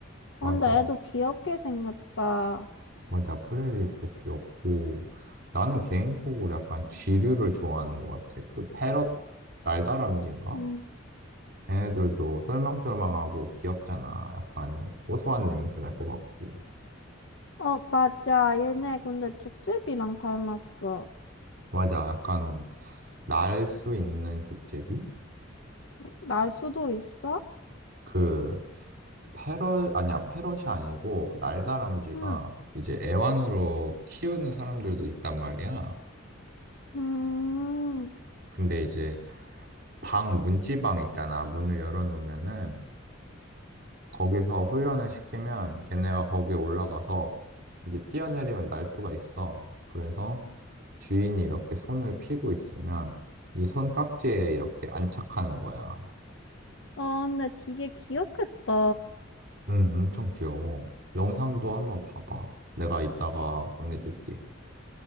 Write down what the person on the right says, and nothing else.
맞아.
맞아. 프레리독도 귀엽고 나는 개인적으로 약간 쥐류를 좋아하는 것 같아. 그 패럿 날다람쥐인가?
애들도 똘망똘망하고 귀엽잖아. 약간 고소한 냄새 날 것 같고.
맞아. 약간 날 수 있는 족제비?
그 패럿 아니야. 패럿이 아니고 날다람쥐가
이제 애완으로 키우는 사람들도 있단 말이야.
근데 이제 방 문지방 있잖아. 문을 열어놓으면은 거기서 훈련을 시키면 걔네가 거기에 올라가서 이제 뛰어내리면 날 수가 있어. 그래서 주인이 이렇게 손을 피고 있으면 이 손깍지에 이렇게 안착하는 거야.
응, 엄청 귀여워. 영상도 한번 봐봐. 내가 이따가 보내줄게.